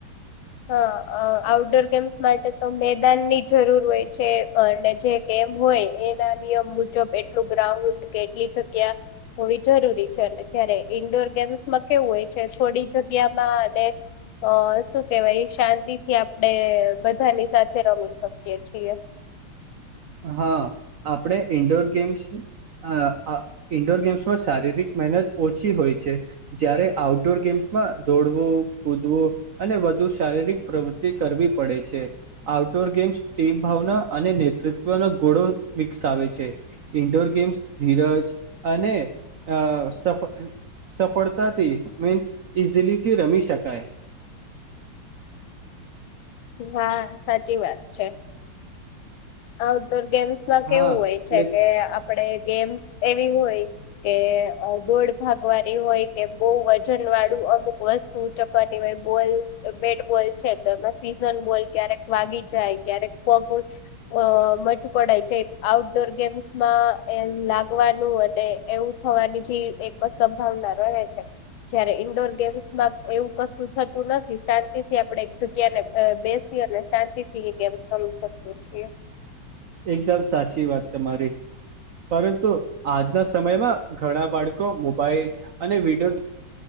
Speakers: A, on the left; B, on the right.
A: હા ઉટડોર ગેમ્સ માટે તો મેદાન ની જરૂર હોય છે અને જે કેમ હોય એના નિયમ મુજબ એટલું ઉન્ડ કેટલી જગ્યા હોવી જરૂરી છે અને જયારે ઈન્ડોર ગેમ્સ માં કેવું હોય છે થોડી જગ્યા માં અને અ શ કેવાાઈ શાંતિ થી આપડણે બધાની સાથે રમી શકીએ છીએ
B: હા આપણે ઇન્ડોર ગેમ્સ અ ઇન્ડોર ગેમ્સમાં શારીરિક મહેનત ઓછી હોય છે જ્યારે આઉટડોર ગેમ્સમાં દોડવો કૂદવો અને વધુ શારીરિક પ્રવૃતિ કરવી પડે છે આઉટડોર ગેમ્સ ટીમ ભાવના અને નેતૃત્વ ત્વનો ઘોડો વિકસાવે છે ઇન્ડોર ગેમ્સ ધીરજ અને અ સફ સફળતા મીન્સ ઈઝીલીથી રમી શકાય
A: હા સાચી વાત છે આઉટડોર ગેમ્સમાં કેવું
B: હા
A: હોય
B: એટલે
A: છે કે આપણે ગેમ્સ એવી હોય કે બોડ ભાગવાની હોય કે બહ વજન વાળું અમુક વસ્તુ ચકની હોય બોલ બેટ બોલ છે તો એમાં સીઝન બોલ ક્યારેક વાગી જાય ક્યારેકોગું અ મજ પડાય છે આઉટડોર ગેમ્સમાં એ લાગવાનું અને એવું હોવાનીી એક સંભાવના રહે છે જયારે ઈન્ડોર ગેમ્સમાં એવું કશું થતું નથી. શાંતિ થી આપડે એક જગ્યા ને બેસ શી અને શાંતિ થી એ ગેમ સમ શકીએ છીએ.
B: એકદમ સાચી વાત તમારી. પરંતુ આજે આજ ના સમયમાં ઘણા બાળકો મોબાઈલ અને વિડીયો